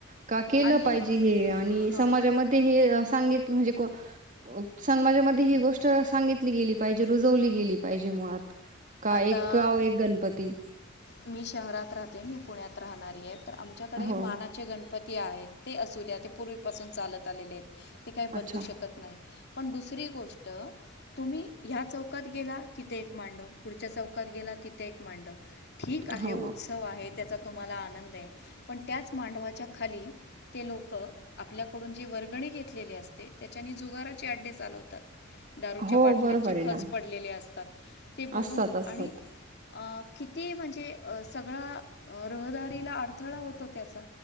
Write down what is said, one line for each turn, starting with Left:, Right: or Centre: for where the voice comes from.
Right: का केलं
Left: आणि
Right: पाहिजे हे आणि
Left: हां
Right: समाजामध्ये हे सांग म्हणजे को समाजामध्ये ही गोष्ट सांगितली गेली. पाहिजे रुजवली गेली पाहिजे मुळात. काय
Left: आता
Right: एक गाव एक गणपती.
Left: मी शहरात राहते, मी पुण्यात राहणारी आहे. तर आमच्याकडे
Right: हो
Left: मानाचे गणप ती आहेत. ते असूद्या ते पूर्वीपासून चालत आलेले आहेत. ते काही
Right: अच्छा
Left: बदलू शकत नाही. पण दुसरी गोष्ट तुम्ही ह्या चौकात गेला कि तिते एक मांडव पुढच्या चौकात गेला तिथे एक मांडव. ठीक आहे
Right: हो
Left: उत्सव आहे त्याचा तुम्हाला आनंद आहे, पण त्याच मांडवाच्या खाली ते लोकं आपल्याकडून जे वर्गणी घेतलेले असते त्याच्यानी जुगाराचे अड्डे चालवतात. दारूच्या
Right: हो
Left: बाटल्यांचे
Right: बरोबर आहे
Left: खच
Right: ना
Left: पडलेले असतात ते बघ
Right: असतात असतात
Left: आणि आ आ किती म्हणजे आ सगळा अ रहदारीला अडथळा होतो त्याचा.